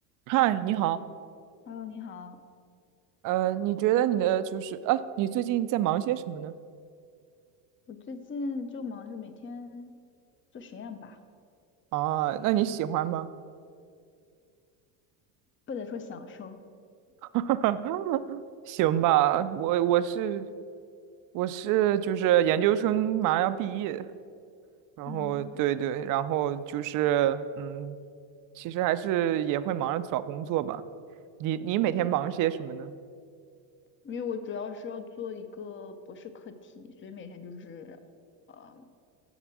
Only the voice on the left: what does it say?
Hello，你好，
我最近就忙着每天做实验吧，
不能说享受，
嗯，对，
诶因为我主要是要做一个博士课题，所以每天就是，呃，